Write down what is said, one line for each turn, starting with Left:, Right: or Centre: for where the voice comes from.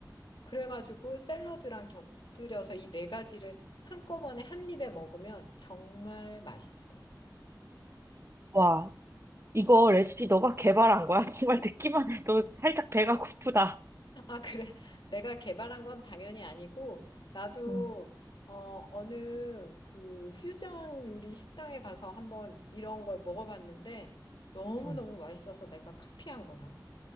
Left: 그래가지고 샐러드랑 곁들여서 이 네 가지를 한꺼번에 한 입에 먹으면 정말 맛있어.
Right: 와, 이거 레시피 너가 개발한 거야? <laughs> 정말 듣기만 해도 살짝 배가 고프다.
Left: 아, 그래. 내가 개발한 건 당연히 아니고, 나도,
Right: 응,
Left: 어, 어느 그 퓨전 요리 식당에 가서 한번 이런 걸 먹어봤는데, 너무너무
Right: 응.
Left: 맛있어서 내가 카피한 거야.